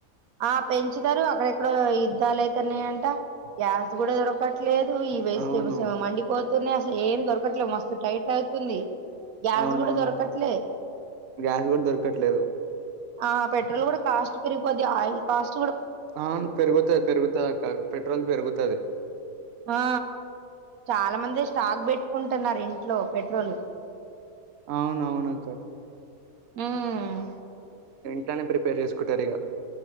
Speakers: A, on the right; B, on the right.
A: ఆ పెంచుతారు అక్కడెక్కడో యుద్ధాలు అయితన్నాయంట గ్యాస్ కూడా దొరకట్ లేదు ఈ వెజిటేబుల్స్
B: అవును
A: ఏమో మండిపో తునయ్ అసలు ఏం దొరకట్లేదు మస్తు టైట్ అవుతుంది గ్యాస్
B: అవునవునక్క
A: కూడా దొరకట్లే
B: గ్యాస్ కూడా దొరకట్లేదు
A: ఆ పెట్రోల్ కూడా కాస్ట్ కొద్దిగా ఆయిల్ కాష్
B: అవును పెరుగుతాయి పెరుగుతాయక్క పెట్రోల్ పెరుగు తది
A: ఆ చాలా మంది స్టాక్ బెట్టుకుంటున్నారు ఇంట్లో పెట్రోలు
B: అవునవును క
A: ఉమ్
B: ఇట్లనే ప్రిపేర్ చేసుకుంటారు ఇగ